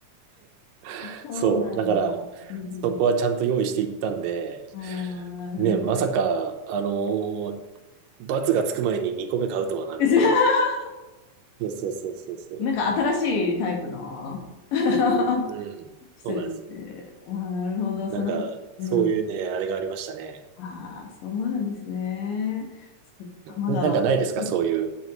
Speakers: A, on the right; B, on the left.
A: <laughs>
B: そうなんだ。
A: そう。だから、
B: うんうん
A: そこはちゃんと用意していったんで、
B: うん。ああ、なるほど。
A: ね、まさか、あのー罰がつく前に2個目買うとはな、みたいなね。
B: <laughs>
A: そうそうそうそうそう。
B: なんか新しいタイプの <laughs>
A: うん。
B: 人ですね。
A: そうなんですよ。
B: ああ、なるほど。その、
A: なんか、
B: うん。
A: そういうね、あれがありましたね。
B: ああ、そうなんですね。そっか、まだ。
A: うんなんかないですかそういう
B: うん